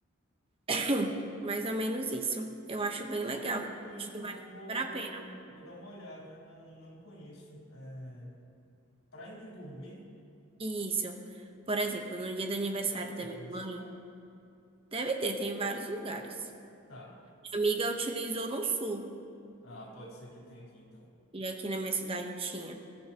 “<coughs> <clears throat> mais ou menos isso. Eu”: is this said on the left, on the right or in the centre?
Right